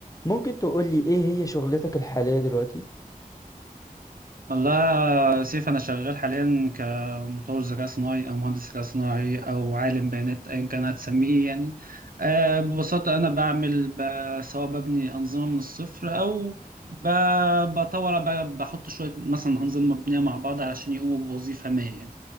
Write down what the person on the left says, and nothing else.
ممكن تقولي ايه هي شغلتك الحالية دلوقتي؟